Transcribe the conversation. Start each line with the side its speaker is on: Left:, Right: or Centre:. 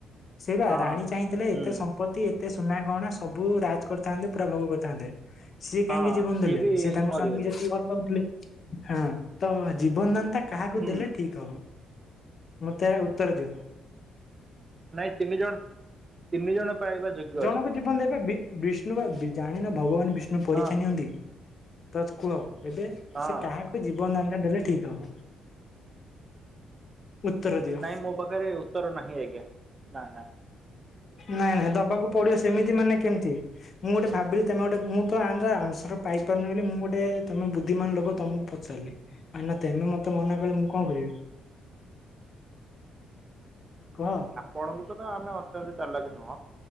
Left: ସେଇ ବା
Right: ହଁ
Left: ରାଣୀ ଚାହିଁଥିଲେ
Right: ହୁଁ
Left: ଏତେ ସମ୍ପତ୍ତି ଏତେ ସୁନା କଣ ସବୁ ରାଜ କରିଥାନ୍ତେ ପୁରା ଭୋଗ କରିଥାନ୍ତେ। ସିଏ
Right: ହଁ
Left: କାହିଁକି ଜୀବନ ଦେଲେ
Right: ବି
Left: ସିଏ ତାଙ୍କ
Right: ମରିଗଲେ
Left: ସ୍ଵାମୀ ଯେତିକି ଭଲ ପାଉଥିଲେ ହଁ ତ ଜୀବନ ଦାନତା କାହାକୁ
Right: ହୁଁ
Left: ଦେଲେ ଠିକ ହବ ମତେ ଉତ୍ତର ଦିଅ?
Right: ନାଇଁ ତିନି ଜଣ ତିନି ଜଣ। ପାଇବା ଯୋଗ୍ୟ
Left: ଜଣଙ୍କ
Right: ଅଛନ୍ତି
Left: ଜୀବନ ଦେବା ବି ବିଷ୍ଣୁ ବା ଜାଣିନ ଭଗବାନ ବିଷ୍ଣୁ ପରୀକ୍ଷା
Right: ହଁ
Left: ନିଅନ୍ତି ତତ୍ କୁହ। ଏବେ
Right: ହଁ
Left: ସେ କାହାକୁ ବି ଜୀବନଦାନ ଦେଲେ ଠିକ ହବ। ଉତ୍ତର ଦିଅ
Right: ନାଇଁ ମୋ ପାଖରେ ଉତ୍ତର ନାହିଁ ଆଜ୍ଞା ନା ନାଁ।
Left: ନାଇଁ ନାଇଁ ଦବାକୁ ପଡିବ ସେମିତି ମାନେ କେମିତି ମୁଁ ଗୋଟେ ଭାବିଲି ତମେ ଗୋଟେ ମୁଁ ତ ଆନସର ପାଇ ପାରୁନି ବୋଲି ମୁଁ ଗୋଟେ ତମେ ବୁଦ୍ଧିମାନ ଲୋକ ତମକୁ ପଚାରିଲେ ଆ ନା ତମେ ମତେ ମନା କଲେ ମୁଁ କଣ କରିବି? କୁହ?
Right: ପଣଙ୍କୁ ତ ତ ଆମେ ଅତ୍ୟନ୍ତ ଚାଲାକି ନୁହଁ